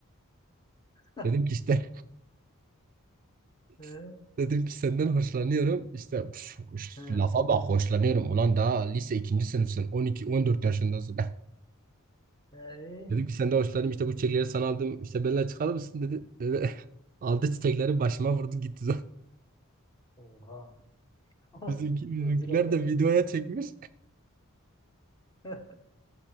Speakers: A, on the left; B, on the right.
A: <laughs>
B: Dedim ki işte
A: Hı,
B: <laughs> dedim ki senden hoşlanıyorum. İşte püf, şu
A: hı.
B: lafa bak hoşlanıyorum. Ulan daha lise ikinci sınıfsın. on iki on dört yaşındasın.
A: Ee,
B: <laughs> Dedim ki senden hoşlanıyorum. İşte bu çiçekleri sana aldım. İşte benimle çıkar mısın dedi. dedi. <laughs> Aldı çiçekleri başıma vurdu gitti.
A: Oha.
B: <laughs>
A: <laughs>
B: Bizimki, bizimkiler
A: Rezil oldum.
B: de
A: lan.
B: videoya çekmiş.
A: <laughs>